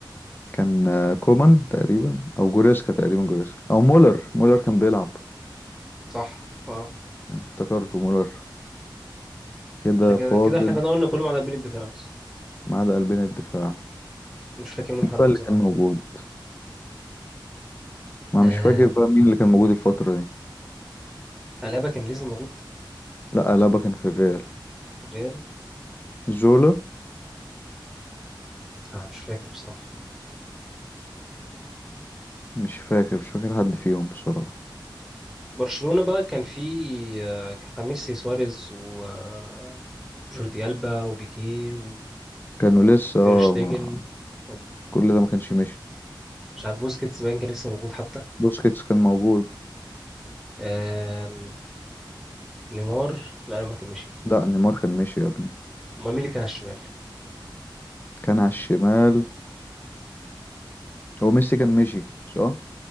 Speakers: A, on the left; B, in the centre.
A: كان آه، كومان تقريبا او جوريسكا تقريبا جوريسكا او مولر مولر كان بيلعب
B: صح اه
A: افتكرته مولر كده
B: احنا كده
A: فاضل
B: كده احنا كنا قلنا كلهم على بين الدفاع بس
A: ما عدا قلبين الدفاع
B: مش فاكر منهم
A: مين
B: حد
A: بقى اللي
B: بصراحه
A: كان موجود ما
B: آم،
A: مش فاكر بقى مين اللي كان موجود الفترة دي
B: ألابا كان لسه موجود
A: لا ألابا كان في الريال
B: في الريال
A: زولا
B: آه مش فاكر بصراحه
A: مش فاكر مش فاكر حد فيهم بصراحة
B: برشلونة بقى كان في آه، خميس سواريز وجوردي ألبا وبيكيه وتير
A: كانوا لسه اه
B: شتيجن
A: ما-
B: ومش
A: كل ده ما كانش ماشي
B: عارف بوسكيتس باين كان لسه موجود حتى
A: بوسكيتس كان موجود
B: آم، نيمار لا نيمار كان ماشي
A: لا نيمار كان ماشي يا ابني
B: امال مين اللي كان على الشمال
A: كان على الشمال هو ميسي كان مشي صح